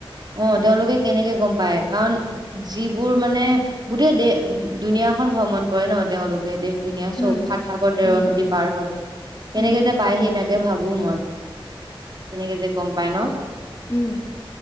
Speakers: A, on the right (about 50°); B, on the left (about 30°).
A: অঁ তেওঁলোকে কেনেকে গম পায় কাৰণ যিবোৰ মানে গোটেই দে দুনীয়া খন ভ্ৰমণ কৰে ন তেওঁলোকে দেশ দুনীয়া
B: উম
A: চব সাত সাগৰ তেৰ
B: উম
A: নদী পাৰ হয় কেনেকে
B: উম
A: যে পাইহি তাক তাকে ভাবো মই কেনেকে যে গম পাই ন
B: উম